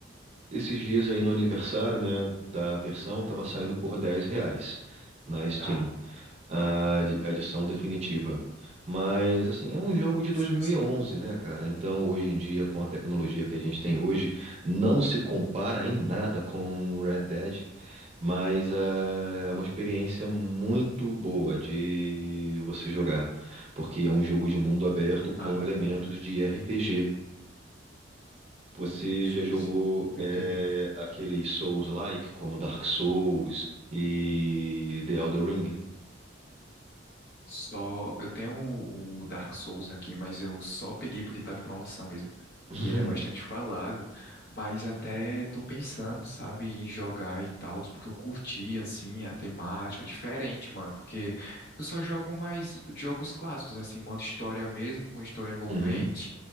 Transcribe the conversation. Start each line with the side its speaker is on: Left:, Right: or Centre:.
Right: Esses dias aí no aniversário, né, da versão,
Left: Hum.
Right: tava saindo por 10 reais na Steam,
Left: Ah,
Right: a
Left: ah,
Right: edi- a edição definitiva. Mas, assim, é um jogo de
Left: sim,
Right: dois mil
Left: sim.
Right: e onze, né, cara? Então, hoje em dia, com a tecnologia que a gente tem hoje, não se compara em nada com Red Dead. Mas é uma experiência muito boa de você jogar, porque é um jogo de mundo aberto com
Left: Ah,
Right: elementos de RPG. Você
Left: sim,
Right: já jogou
Left: sim. Tô
Right: é,
Left: entendendo.
Right: aqueles Souls-like, como Dark Souls e The Elden Ring?
Left: Só eu tenho o o Dark Souls aqui, mas eu só peguei porque estava em promoção mesmo.
Right: Uhum.
Left: E ele é bastante falado, mas até tô pensando, sabe, em jogar e tal, porque eu curti assim a temática diferente, mano, porque eu só jogo mais jogos clássicos, assim, modo história mesmo, com história envolvente
Right: Uhum.